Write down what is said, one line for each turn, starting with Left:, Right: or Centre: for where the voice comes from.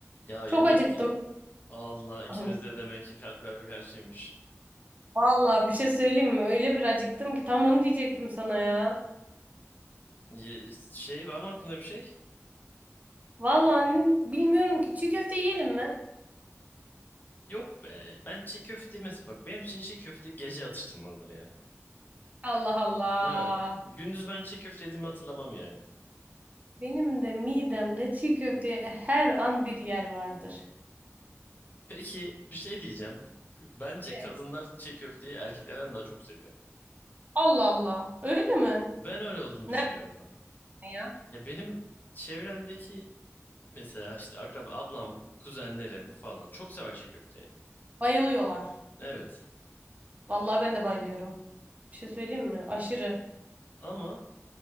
Left: Ya
Right: Çok
Left: yemek
Right: acıktım.
Left: y- Allah ikimiz
Right: <laughs>
Left: de demek ki kalp kalbe karşıymış.
Right: Vallahi bir şey söyleyeyim mi? Öyle bir acıktım ki tam onu diyecektim sana ya.
Left: Ye- Şey var mı aklında bir şey?
Right: Vallahi annen bilmiyorum ki çiğ köfte yiyelim mi?
Left: Yok be. Ben çiğ köfte mesela bak benim için çiğ köfte gece atıştırmalıdır ya.
Right: Allah Allah.
Left: Ha. Gündüz ben çiğ köfte yediğimi hatırlamam yani.
Right: Benim de midemde çiğ köfteye her an bir yer vardır.
Left: Peki bir şey diyeceğim. Bu- Bence
Right: E?
Left: kadınlar çiğ köfteyi erkeklerden daha çok seviyor.
Right: Allah Allah. Öyle mi?
Left: Ben öyle olduğunu
Right: Nerede
Left: düşünüyorum abi.
Right: ya?
Left: Ya benim çevremdeki mesela işte akraba ablam, kuzenlerim falan çok sever çiğ köfteyi.
Right: Bayılıyorlar.
Left: Evet.
Right: Vallahi ben de bayılıyorum. Bir şey söyleyeyim mi? Aşırı.
Left: Ama